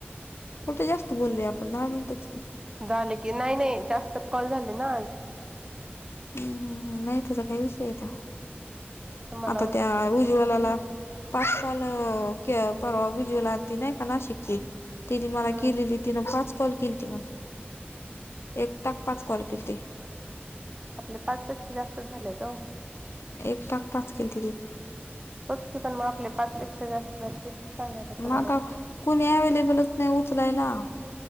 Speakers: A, on the left (about 80°); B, on the right (about 20°).
A: कुठे जास्त बोललोय आपण दहा मिनटच कि
B: झाले की नाही नाही जास्त कॉल झाले ना आज
A: हम् हम् नाही त्याचा काही विषय आहे का?
B: मला
A: आता
B: वाटत
A: त्या रुई वाल्याला, पाच कॉल परवा उज्वला आलंती नाहीका नाशिकची. तिने मला
B: हम्
A: केलेली तिनं पाच कॉल केलीती मला एक टाक पाच कॉल केलती.
B: आपले पाच पेक्षा जास्त झालेत ओ.
A: एक टाक पाच केलती ती
B: होत पण मग आपले पाचपेक्षा जास्त झाले तेच तर सांगायला तुम्हाला
A: मगच
B: मी
A: कुणी अव्हेलेबल नाही उचलायला